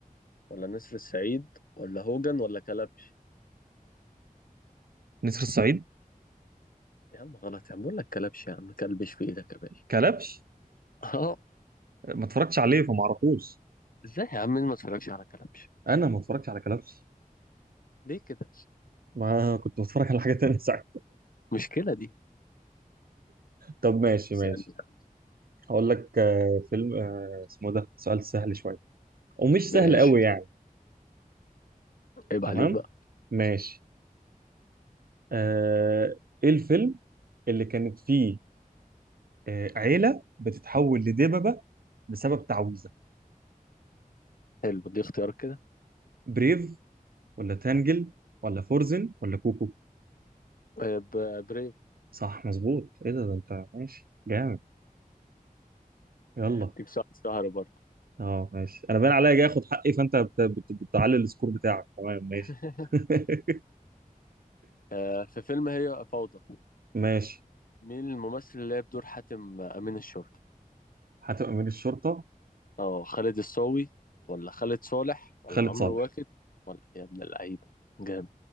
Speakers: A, on the left; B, on the right.
A: ولا نسر السعيد ولا هوجن ولا كلبش
B: نسر الصعيد
A: يا عم غلط يا عم بقول لك كلبش يا عم كلبش في ايدك يا باشا
B: كلبش
A: اه
B: ما اتفرجتش عليه فما اعرفوش
A: ازاي يا عم مين ما اتفرجش على كلبش
B: انا ما اتفرجتش على كلبش
A: ليه كده
B: ما كنت بتفرج على حاجه تانية <laughs> ساعتها
A: مشكلة دي
B: طب ماشي
A: اسألني
B: ماشي
A: بقى.
B: هقول لك آه، فيلم آه، اسمه ده سؤال سهل شويه ومش
A: ماشي
B: سهل قوي يعني
A: عيب
B: تمام
A: عليك بقى
B: ماشي آه، ايه الفيلم اللي كانت فيه آه، عيله بتتحول لدببه بسبب تعويذه
A: حلو دي اختيار كده
B: بريف ولا تانجل ولا فورزن ولا كوكو
A: آه، ب- بريف
B: صح مظبوط ايه ده ده انت ماشي جامد يلا
A: هديك ساعة سهرة برضه
B: اه ماشي انا باين عليا جاي اخد حقي فانت بت... بت... بتعلي السكور بتاعك تمام ماشي
A: <laughs>
B: <laughs>
A: آه، في فيلم هي فوضى
B: ماشي
A: مين الممثل اللي لعب دور حاتم آه، أمين الشرطة
B: هتبقى امير الشرطه
A: اه خالد الصاوي ولا خالد صالح ولا
B: خالد
A: عمرو
B: صالح
A: واكد ولا يا ابن اللعيبة جامد